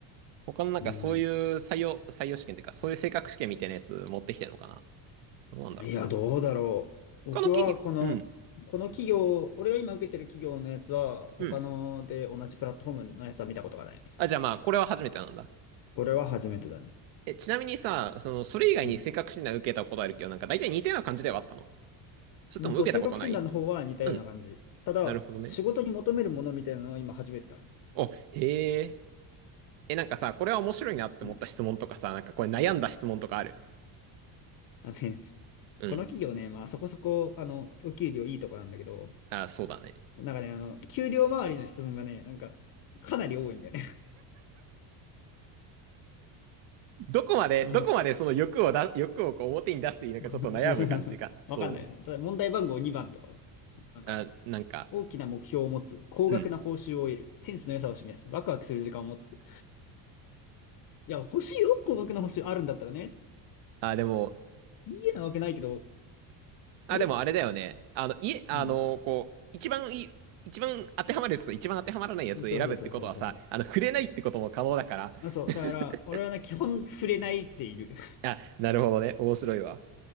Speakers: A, on the right; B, on the left.
A: 他のなんか、
B: うん。
A: そういう採用、採用試験っていうか、そういう性格試験みたいなやつ持ってきてるのかなどうなんだろう。
B: いや、どうだろう。
A: 他の企業、
B: 僕はこの、
A: うん、
B: この企業、俺が今受けてる企業のやつは、他ので同じプラットフォームのやつは見たことがない。
A: うん。あ、じゃあまあ、これは初めてなんだ。
B: これは初めてだね。
A: え、ちなみにさ、その、それ以外に性格診断受けたことあるけど、
B: うん。
A: なんか、大体似たような感じではあったのそれとも受けたことない
B: まあ、そう、性格診断の方は似たような感じ。
A: うん。
B: ただ、
A: なるほどね。
B: 仕事に求めるものみたいなのを今初めてだね。
A: お、へえ。え、なんかさ、これは面白いなって思った質問とかさ、
B: うん。
A: なんかこれ悩んだ質問とかある
B: あのね、<laughs>
A: うん。
B: この企業ね、まあそこそこ、あの、お給料いいとこなんだけど、
A: あ、そうだね。
B: なんかね、あの、給料周りの質問がね、なんか、かなり多いんだよね。
A: どこまで、
B: <laughs>
A: どこまでその欲をだ、
B: あそう
A: 欲をこう表に出していいのかちょっと悩む感じが。
B: <laughs> そうそうそうそう <laughs>
A: そうね。
B: わかんない。ただ問題番号2番とか、なんか、
A: あ、なんか、
B: 大きな目標を持つ、高額な報酬を得る、
A: うん。
B: センスの良さを示す、ワクワクする時間を持つって。いや、欲しいよ、高額な報酬あるんだったらね。
A: あ、でも、
B: いいえなわけないけど、
A: あ、
B: え
A: でもあれだよね。あの、いえ、あの、
B: うん。
A: こう、一番いい、一番当てはまるやつと一番当てはまらないやつを選ぶってことはさ、
B: そうそうそうそうそうそう。
A: あの、触れないってことも可能だから。
B: あそう。
A: <laughs>
B: だから、俺はね、基本触れないでいる。
A: あ、なるほどね。面白いわ。